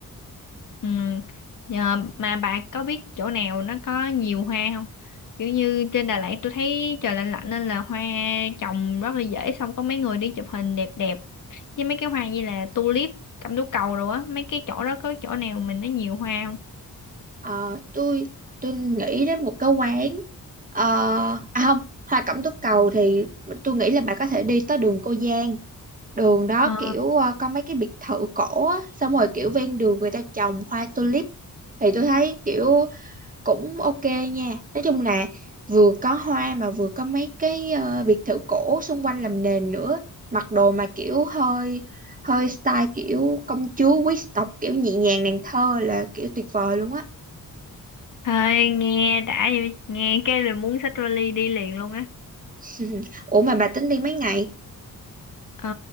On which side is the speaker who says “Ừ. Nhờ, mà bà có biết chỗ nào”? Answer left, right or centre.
Left